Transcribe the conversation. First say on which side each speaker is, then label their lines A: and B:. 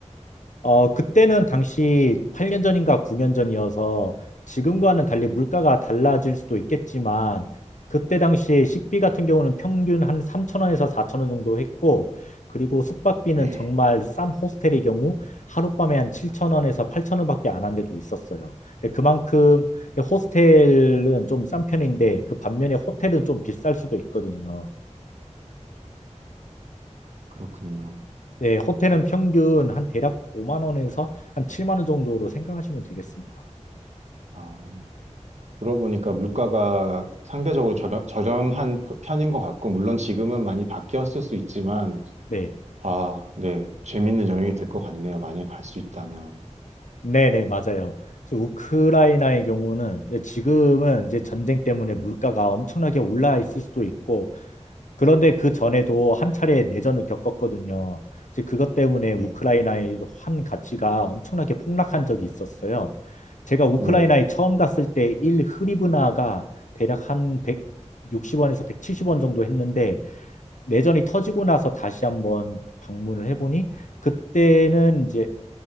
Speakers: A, on the left; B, on the right.
A: 어, 그때는 당시 8년 전인가 9년 전이어서 지금과는 달리 물가가 달라질 수도 있겠지만 그때 당시 식비 같은 경우는 평균 한 3천 원에서 4천 원 정도 했고 그리고 숙박비는
B: 네.
A: 정말 싼 호스텔의 경우 하룻밤에 한 7천 원에서 8천 원밖에 안 한 데도 있었어요. 근데 그만큼 호스텔은 좀 싼 편인데 그 반면에 호텔은 좀 비쌀 수도 있거든요.
B: 그렇군요.
A: 네, 호텔은 평균 한 대략 5만 원에서 한 7만 원 정도로 생각하시면 되겠습니다.
B: 아, 들어보니까 물가가 상대적으로 저렴, 저렴한 포- 편인 것 같고, 물론 지금은 많이 바뀌었을 수 있지만,
A: 네,
B: 아, 네. 재밌는 여행이 될 것 같네요. 만약에 갈 수 있다면.
A: 네네, 맞아요. 그래서 우크라이나의 경우는 이제 지금은 이제 전쟁 때문에 물가가 엄청나게 올라 있을 수도 있고, 그런데 그 전에도 한 차례 내전을 겪었거든요. 이제 그것 때문에 우크라이나의
B: 예,
A: 환 가치가 엄청나게 폭락한 적이 있었어요. 제가 우크라이나에
B: 네네.
A: 처음 갔을 때 1 흐리브나가 대략 한 160원에서 170원 정도 했는데, 내전이 터지고 나서 다시 한번 방문을 해보니, 그때는 이제